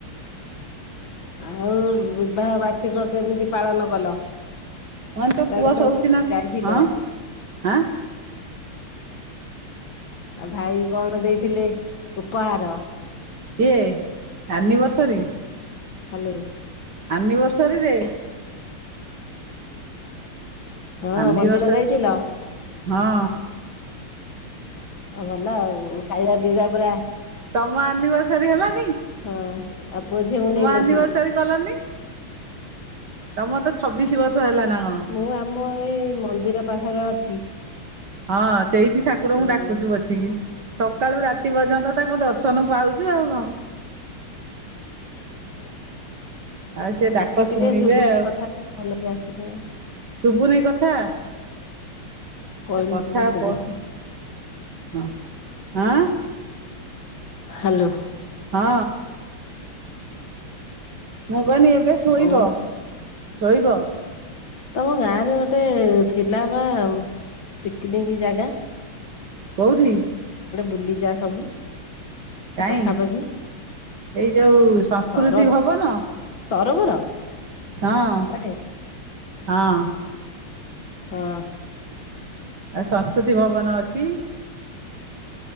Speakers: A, on the left (about 60°); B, on the right (about 50°).
A: ଆଉ ବିବାହ ବାର୍ଷିକ କେମିତି ପାଳନ କଲ?
B: ମାନେ ତ
A: କୁଆଡେ
B: ପୁଅ
A: ସବୁ
B: ଶୋଉଛି ନା
A: ଯାଇଥିଲ?
B: ହଁ ହାଁ?
A: ଆଉ ଭାଇ କଣ ଦେଇଥିଲେ ଉପହାର?
B: ଇଏ ଆନିିବର୍ସରି।
A: ହାଲୋ।
B: ଆନିଭର୍ସରୀ ରେ?
A: ହଁ
B: ଅନିବର୍ଷରିରେ
A: ମନ୍ଦିର ଯାଇଥିଲ?
B: ହଁ
A: ଆ ଭଲ ଆଉ ଖାଇବା ପିଇବା ପୁରା
B: ତମ ଆନିବସରୀ ହେଲାନ୍
A: ହଁ ଆଉ ପୁଅ ଝିଅ କୁ ନେଇଁ ନ
B: ଆନିଭର୍ସରୀ
A: ଥିଲ?
B: କଲନି ତମର ତ ଛବିଶି ବର୍ଷ ହେଲା ନା କଣ
A: ମୁଁ ଆମ ଏଇ ମନ୍ଦିର ପାଖରେ ଅଛି।
B: ହଁ ସେଇଠି ଠାକୁରଙ୍କୁ
A: ହଁ
B: ଡାକୁଛୁ ବସିକି। ସକାଳୁ ରାତି ଏତି ପର୍ଯ୍ୟନ୍ତ ତାଙ୍କ ଦର୍ଶନ ପାଉଚୁ, ଆଉ କଣ?
A: <inaudible>
B: ଆଉ ସେ
A: ଟିକେ
B: ଡାକ ଶୁଣିବେ
A: ଟିକେ ଶୁଭୁଛି
B: ଆଉ
A: କଥା ଭଲକି ଆସୁନି।
B: ଶୁଭୁନି କଥା?
A: କହିଲି
B: ସେ କଥା
A: ଟିକେ
B: ଆଉ
A: ଶୁଭୁନି।
B: କ ହଁ ହଁ
A: ହାଲୋ।
B: ହଁ। ମୋମ୍ <unintelligible> ଭାନି <unintelligible> ଏବେ ଶୋଇବ
A: ଆଉ
B: ଶୋଇବ?
A: ତମ ଗାଁ ରେ ଗୋଟେ ଥିଲା ପା ପିକନିକ ଜାଗା?
B: କୋଉଠି?
A: ବୁଲି ଯା ସବୁ ସେ
B: କାହିଁ
A: ପାଖାପାଖି
B: ଏଇ ଯୋଉ ସଂସ୍କୃତି
A: ସରବ
B: ଭବନ?
A: ସରୋବର
B: ହଁ।
A: ଆରେ
B: ହଁ।
A: ହଁ
B: ଆ ସଂସ୍କୃତି ଭବନ ଅଛି। କି